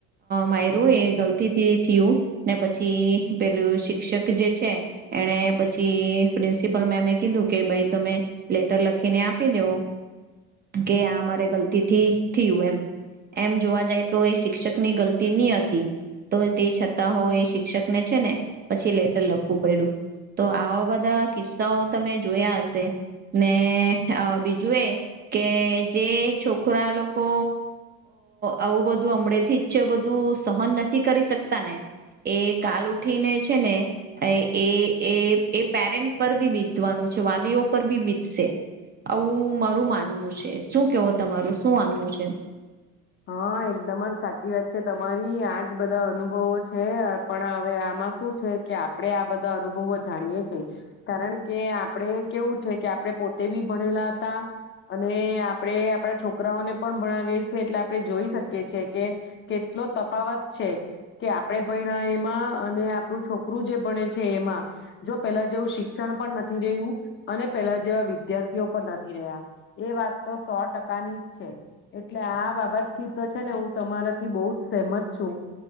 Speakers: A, on the right; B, on the left.
A: માયરું એ ગલતીથી થયું ને પછી પેલું શિક્ષક જે છે એને પછી પ્રિન્સિપલ મેમે કીધું કે ભાઈ તમે લેટર લખીને આપી દેવો કે આ મારે ગલતીથી થયું એમ એમ જોવા જાય તો એ શિક્ષક ની ગલતી નહી હતી, તો તે છતાં હો એ શિક્ષક ને છે ને પછી લેટર લખવું પડ્યું. તો આવા બધા કિસ્સાઓ તમે જોયા હશે ને બીજું એ કે જે છોકરા લોકો આવું બધું હમડેથી જ છે બધું સહન નથી કરી શકતા સત્તાને કાલ ઉઠીને છે ને એ એ એ પેરેન્ટ પર બી બીતવાનું છે. વાલીઓ પર બી બીતશે આવું મારું માનવું છે. શું કેવો? તમારું શું માનવું છે?
B: હા, એકદમ જ સાચી વાત છે તમારી મારી આજ બધા અનુભવો છે પણ હવે આમાં શું છે કે આપણે આપણે આ બધા અનુભવો જાણીએ છીએ. કારણ કે આપણેે કેવું છે કે આપણે પોતે બી ભણેલા હતા અને આપણેે આપડા છોકરાઓને પણ ભણાવએ છીએ એટલે આપણે જોઈ શકીએ છેએ કે કેટલો તફાવત છે કે આપણે ભણ એમાં અને આપણું છોકરું જે ભણે છે એમાં જો પેલા જેવું શિક્ષણ પણ નથી રહ્યું અને પેલા જેવા વિદ્યાર્થીઓ પણ નથી રહ્યા એ વાત તો સો ટકાની છે એટલે આ બાબત એથી તો છે ને હું તમારાથી બહુ જ સહેમત છું.